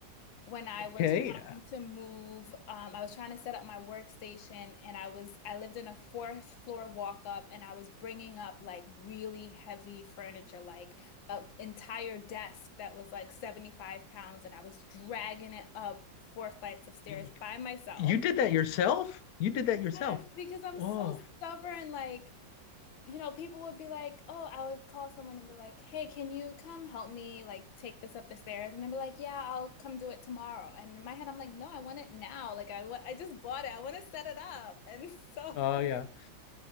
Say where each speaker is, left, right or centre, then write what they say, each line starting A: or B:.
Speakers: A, on the left; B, on the left.
A: when I
B: Okay.
A: was
B: uh,
A: trying to move, um, I was trying to set up my workstation and I was I lived in a fourth floor walk up and I was bringing up like really heavy furniture, like an entire desk that was like 75 pounds and I was dragging it up four flights of stairs
B: y-
A: by myself.
B: You did that yourself? You did that yourself.
A: Yes, because I'm
B: Whoa.
A: so stubborn, like you know, people would be like, oh, I would call someone and be like, hey, can you come help me like take this up the stairs? And they'd be like, yeah, I'll come do it tomorrow. And in my head, I'm like, no, I want it now. Like I wa- I just bought it. I want to set it up. And so
B: Oh yeah.